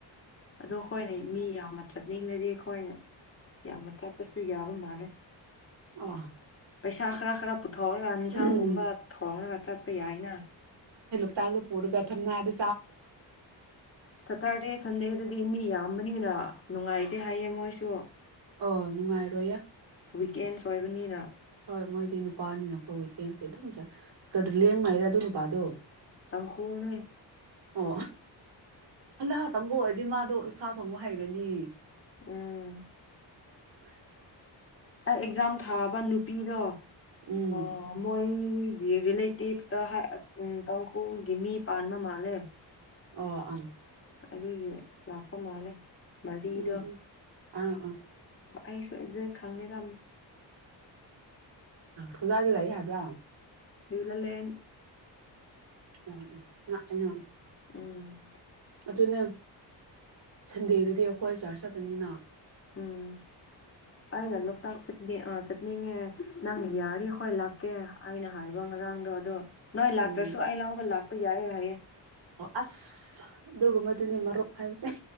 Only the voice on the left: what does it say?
ꯑꯗꯣ ꯑꯩꯈꯣꯏꯅ ꯃꯤ ꯌꯥꯝꯅ ꯆꯠꯅꯤꯡꯂꯗꯤ ꯑꯩꯈꯣꯏꯅ ꯌꯥꯝꯅ ꯆꯠꯄꯁꯨ ꯌꯥꯕ ꯃꯥꯜꯂꯦ
ꯄꯩꯁꯥ ꯈꯔ ꯈꯔ ꯊꯣꯡꯛꯔꯒ ꯌꯦꯟꯁꯥꯡꯒꯨꯝꯕ
ꯊꯣꯡꯔꯒ ꯆꯠꯄ ꯌꯥꯏꯅ
ꯁꯇꯥꯔꯗꯦ ꯁꯟꯗꯦꯗꯗꯤ ꯃꯤ ꯌꯥꯝꯕꯅꯤꯅ ꯅꯨꯡꯉꯥꯏꯇꯦ ꯍꯥꯏꯌꯦ ꯃꯣꯏꯁꯨ
ꯋꯤꯀꯦꯟꯁ ꯑꯣꯏꯕꯅꯤꯅ
ꯇꯥꯡꯈꯨꯜꯅꯦ
ꯎꯝ
ꯑꯩ ꯑꯦꯛꯖꯥꯝ ꯊꯥꯕ ꯅꯨꯄꯤꯗꯣ
ꯑꯣ ꯃꯣꯏ ꯔꯤꯂꯦꯇꯤꯚ ꯑꯝ ꯍꯥꯏ ꯇꯥꯡꯈꯨꯜꯒꯤ ꯃꯤ ꯄꯥꯟꯕ ꯃꯥꯜꯂꯦ
ꯑꯗꯨꯏꯒꯤ ꯂꯥꯛꯄ ꯃꯥꯜꯂꯦ ꯃꯔꯤꯗꯣ
ꯑꯩꯁꯨ ꯑꯦꯛꯖꯦꯛ ꯈꯪꯗꯦꯗ
ꯗꯨꯂꯥꯂꯦꯟ
ꯎꯝ
ꯎꯝ ꯑꯩꯅ ꯂꯣꯛꯇꯥꯛ ꯆꯠꯅꯤꯡꯉꯦ ꯅꯪꯅ ꯌꯥꯔꯤ ꯍꯣꯏ ꯂꯥꯛꯀꯦ ꯑꯩꯅ ꯍꯥꯏꯕ ꯉꯔꯥꯡꯗꯣ ꯑꯗꯣ ꯃꯥ ꯂꯥꯛꯇ꯭ꯔꯁꯨ
ꯑꯩ ꯂꯧꯎꯕ ꯂꯥꯛ ꯕ ꯌꯥꯢꯌꯦ ꯍꯥꯏꯌꯦ